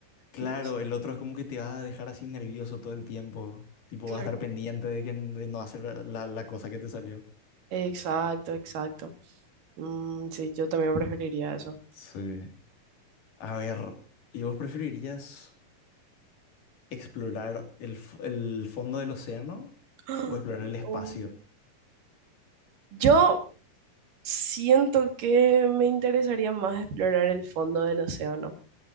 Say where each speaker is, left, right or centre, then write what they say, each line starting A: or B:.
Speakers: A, on the left (about 70°); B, on the right (about 70°).
A: claro,
B: Entonces,
A: el otro es como que te va a dejar así nervioso todo el tiempo. Tipo,
B: claro.
A: vas a estar pendiente de, que, de no hacer la, la cosa que te salió.
B: Exacto, exacto. Mm, sí, yo también preferiría eso.
A: Sí. A ver, ¿y vos preferirías explorar el, f- el fondo del océano
B: <gasps>
A: o explorar el espacio?
B: Oh. Yo siento que me interesaría más explorar el fondo del océano.